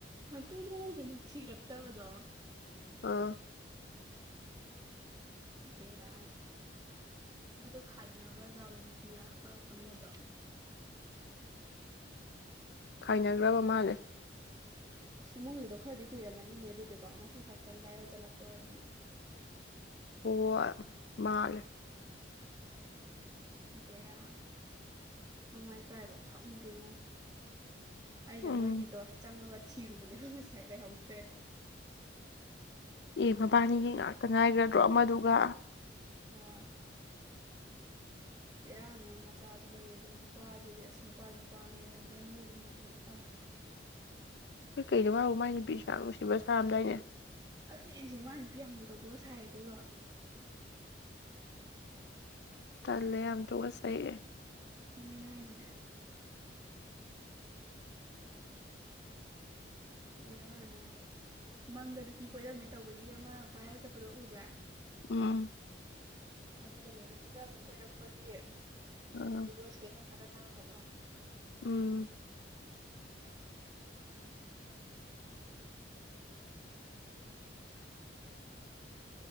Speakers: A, on the right; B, on the left.
A: ꯑꯗꯨꯅꯦ ꯍꯥꯏꯁꯦ ꯅꯨꯡꯁꯤꯔꯛꯇꯕꯗꯣ
B: ꯑꯥ
A: ꯗꯦꯔꯥꯟ ꯑꯗꯨ ꯈꯥꯏꯅꯈ꯭ꯔꯥꯖꯥꯠꯂꯣ ꯅꯨꯄꯤꯗꯣ
B: ꯈꯥꯏꯅꯈ꯭ꯔꯕ ꯃꯥꯜꯂꯦ
A: ꯁꯃꯣꯏꯒꯤꯗꯣ ꯈꯔꯗꯤ ꯀꯨꯏꯔꯝꯃꯅꯤꯅꯦ ꯑꯗꯨꯗꯤꯀꯣ ꯉꯁꯤ ꯈꯛꯇꯪ ꯚꯥꯏꯔꯦꯜ ꯆꯠꯂꯛꯄ ꯑꯣꯏꯔꯝꯃꯅꯤ
B: ꯑꯣ ꯃꯥꯜ
A: ꯕꯦꯔꯥ ꯅꯃꯥꯏ ꯀꯥꯏꯕ ꯈꯥꯛꯎꯝꯗꯦꯉꯨ ꯑꯩꯅ
B: ꯎꯝ
A: ꯃꯣꯏꯒꯤꯗꯣ ꯆꯪꯉꯒ ꯊꯤꯔꯨꯕꯅꯦꯕ ꯉꯁꯥꯏ ꯂꯩꯍꯧꯗ꯭ꯔꯦ
B: ꯑꯦ ꯃꯕꯥꯅꯤꯒꯤ ꯉꯥꯛꯇ ꯉꯥꯏꯈ꯭ꯔꯗ꯭ꯔꯣ ꯑꯃꯗꯨꯒ
A: ꯍ ꯕꯦꯔꯥꯅꯤ ꯑꯃ ꯃꯆꯥꯁꯨ ꯂꯩꯔꯦ ꯑꯗꯨꯒ ꯅꯨꯄꯥꯁꯤꯗꯤ ꯑꯁ ꯅꯨꯄꯥ ꯅꯨꯄꯥꯅꯦꯅ ꯃꯦꯟꯅꯒꯤ ꯃꯅꯗ ꯇꯥꯔꯦ
B: <unintelligible> ꯍꯣꯏ ꯀꯩꯅꯣ ꯍꯥꯏꯕꯨ ꯃꯥꯏ ꯅꯨꯄꯤ ꯁꯥ ꯅꯨꯡꯁꯤꯕ ꯁꯥꯔꯝꯗꯥꯏꯅꯦ
A: ꯑꯗꯨꯅꯦ ꯑꯦꯁꯦ ꯃꯥ ꯅꯨꯄꯤ ꯑꯃ ꯃꯨ ꯇꯣꯛꯄꯒ ꯁꯥꯏ ꯑꯗꯨꯒ
B: ꯇꯜꯂꯦ ꯌꯥꯝ ꯊꯣꯛꯒ ꯁꯛꯑꯦ
A: ꯏꯅꯦ ꯍꯥꯏꯖ ꯕꯦꯔꯥꯅꯥ ꯃꯪꯗ ꯅꯨꯄꯤ ꯀꯣꯏꯔꯝꯃꯦ ꯇꯧꯕꯒꯤ ꯑꯃ ꯚꯥꯏꯔ ꯆꯠꯄꯗꯣ ꯎꯕ꯭ꯔꯥ
B: ꯎꯝ
A: ꯑꯗꯨꯅꯦ ꯅꯨꯁꯤꯗ ꯑꯃꯨꯛ ꯀꯣꯏꯔꯛꯄꯒꯤ
B: ꯑꯥ
A: ꯃꯤꯗꯑꯣ ꯁꯦꯃ ꯊꯒ ꯇꯔ ꯀꯗ
B: ꯎꯝ
A: <unintelligible>